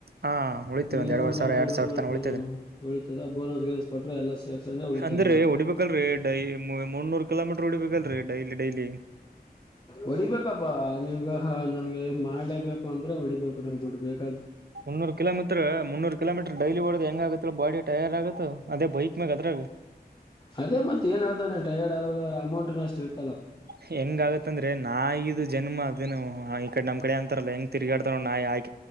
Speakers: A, on the right; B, on the left.
A: ಹಾ ಉಳಿತ್ರಿ ಒಂದ್
B: ನಿಮ್ಗ
A: ಎರಡುವರೆ
B: ಒಂದು
A: ಸಾವಿರ
B: ಹನ್ನೆರಡುನೂರ್
A: ಎರಡ್ ಸಾವಿರ
B: ಉ
A: ತನ ಉಳಿತದ್ರಿ
B: ಉಳತದ ಬೋನಸ್ ಗಸ್ ಕೊಟ್ರ ಎಲ್ಲ ಸೇರ್ಸಂದ್ರೆ ಉಳಿತದ
A: ಅಂದ್ರೀ
B: ನೋಡಪ್ಪ
A: ಹೊಡಿಬೇಕಲ್ರರಿ ಡೈ ಮೂನೂರು ಕಿಲೋಮೀಟರ್ ಉಡಿಬೇಕಲ್ರರಿ ಡೈಲಿ ಡೈಲಿ
B: ಹೊಡಿಬೇಕಪ್ಪಾ ನೀಗ ನನ್ಗೆ ಮಾಡ್ಲೇಬೇಕು ಅಂದ್ರೆ ಹೊಡಿಬೇಕು ನನ್ ದುಡ್ ಬೇಕು
A: ಮುನ್ನೂರು ಕಿಲೋಮೀರ್ ಮುನ್ನೂರು ಕಿಲೋಮೀಟರ್ ಡೈಲಿ ಓಡ್ ಹೆಂಗ ಆಗತ್ ಬಾಡಿ ಟೈಯರ್ ಆಗುತ್ತೆ ಅದೇ ಬೈಕ್ ಮ್ಯಾಗ ಅದ್ರಾಗ
B: ಅದೇ ಮತ್ತತ್ ಏನ್ ಹೇಳ್ತದೆ ಉಂಟ ಹೇಳಾದ್ರ ಅಮೌಂಟ್ ನಷ್ಟ ಇತ್ತ
A: ಹೆಂಗ ಆಗತ್ತಂದ್ರೆ ನಾ ಇದು ಜನ್ಮ ಅದ ಈ ಕಡೆ ನಮ್ ಕಡೆ ಅಂತಾರಲ್ಲ ಹೆಂಗ ತಿಗೇಡನ ನಾಯ ಆಯಿ